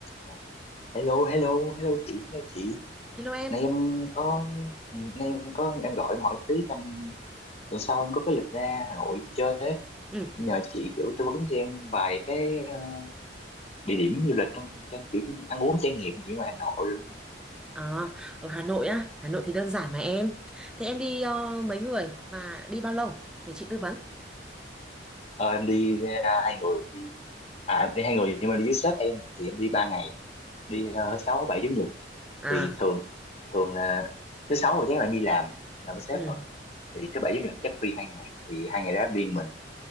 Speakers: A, on the left; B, in the centre.
A: Rồi. Hello, hello, hello chị, hello chị.
B: Hello em.
A: Nay em có, ừ, nay em có, em gọi em hỏi tí tầm tuần sau em có cái lịch ra Hà Nội chơi ấy.
B: Ừ.
A: Nhờ chị kiểu tư vấn cho em vài cái ờ, địa điểm du lịch trong trang kiểu ăn uống trải nghiệm gì ngoài Hà Nội được không nhỉ?
B: À, ở Hà Nội á, Hà Nội thì đơn giản mà em. Thế em đi ờ, mấy người và đi bao lâu để chị tư vấn?
A: Ờ, em đi ra hai người đi, à em đi hai người nhưng mà đi với sếp em thì em đi ba ngày, đi ờ, sáu bảy chủ nhật
B: À,
A: thì thường thường là thứ sáu rồi chắc là em đi làm làm với sếp
B: ừ.
A: rồi thì thứ bảy chủ nhật chắc đi hai ngày thì hai ngày đó em đi một mình